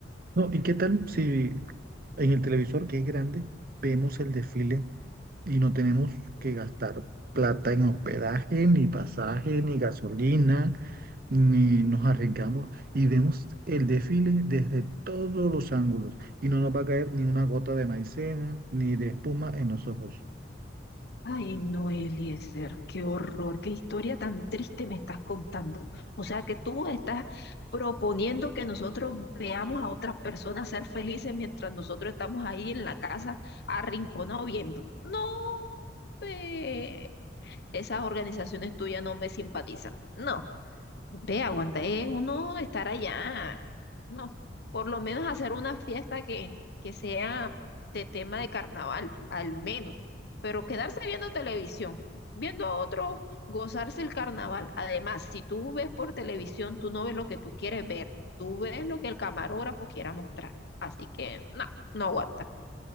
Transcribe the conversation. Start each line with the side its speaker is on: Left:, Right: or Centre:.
Right: No, ¿y qué tal si en el televisor, que es grande, vemos el desfile y no tenemos que gastar plata en hospedaje, ni pasaje, ni gasolina, ni nos arriesgamos y vemos el desfile desde todos los ángulos y no nos va a caer ni una gota de maicena, ni de espuma en los ojos?
Left: Ay, no, Eliezer, qué horror, qué historia tan triste me estás contando. O sea que tú estás proponiendo que nosotros veamos a otras personas ser felices mientras nosotros estamos ahí en la casa arrinconados viendo. No, ve, esas organizaciones tuyas no me simpatizan. No. Ve, aguanta, es uno estar allá. No, por lo menos hacer una fiesta que, que sea de tema de carnaval, al menos. Pero quedarse viendo televisión, viendo a otro gozarse el carnaval. Además, si tú ves por televisión, tú no ves lo que tú quieres ver, tú ves lo que el camarógrafo quiera mostrar. Así que, no, no aguanta.